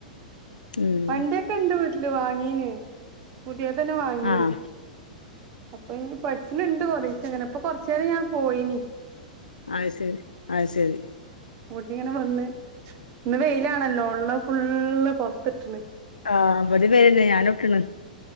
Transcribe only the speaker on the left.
ഉം
ആഹ്
അത് ശരി അ ശരി
ആഹ് ഇവിടേം പേരന്നെ ഞാനൊട്ടണ്